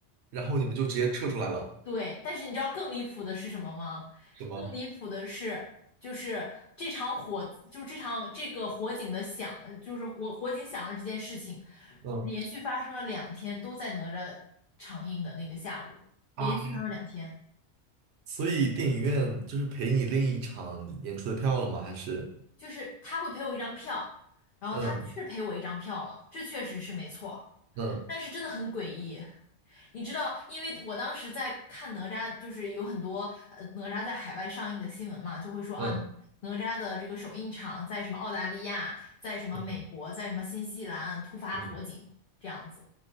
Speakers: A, on the right (about 70°); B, on the left (about 55°).
A: 然后你们就直接撤出来了，
B: 对，但是你知道更离谱的是什么吗？
A: 是吗？
B: 更离谱的是，就是这场火，就是这场这个火警的响，就是火火警响了这件事情，
A: 嗯，
B: 连续发生了两天，都在哪吒上映的那个下午，
A: 啊，
B: 连续发生了两天。
A: 所以电影院就是赔你另一场演出的票了吗？还是
B: 就是他会赔我一张票，然后他是赔我一张票了，
A: 嗯
B: 这确实是没错，
A: 嗯
B: 但是真的很诡异。你知道，因为我当时在看哪吒，就是有很多呃哪吒在海外上映的新闻嘛，就会说啊，
A: 嗯
B: 哪吒的这个首映场在什么澳大利亚，在什么美国，
A: 嗯
B: 在什么新西兰突发火警这样子。
A: 嗯